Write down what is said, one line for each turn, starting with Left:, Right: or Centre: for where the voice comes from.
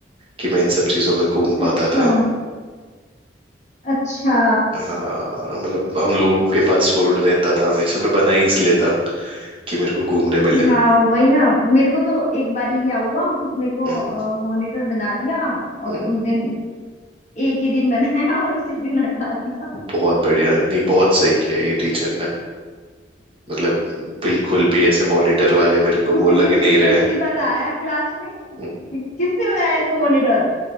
Right: कि मैं इन सब चीजों में घूम
Left: अच्छा
Right: पाता था
Left: अच्छा
Right: हाँ मतलब हम लोगों के पास फूड रहता था हमेशा मैं बना ही इसलिए था कि मेरे को घूमने मिले
Left: हाँ वही ना मेरे को तो एक बारी क्या हुआ मेरे को
Right: हम्म
Left: मॉनिटर बना दिया और
Right: हम्म
Left: उस दिन एक ही दिन बनाया और उसी दिन हटा दिया
Right: बहुत बढ़िया नहीं बहुत सही किया ये टीचर ने मतलब बिल्कुल भी ऐसे मॉनिटर
Left: <laughs>
Right: वाले मेरे को
Left: उसी
Right: वो लग
Left: दिन
Right: नहीं
Left: प्रिंसिपल
Right: रहे
Left: आया क्लास में कि
Right: हम्म,
Left: किसने बनाया इसको मॉनिटर